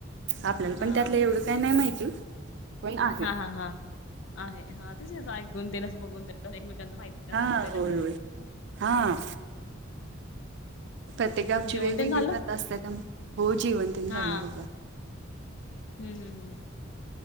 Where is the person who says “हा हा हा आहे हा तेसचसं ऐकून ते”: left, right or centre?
Left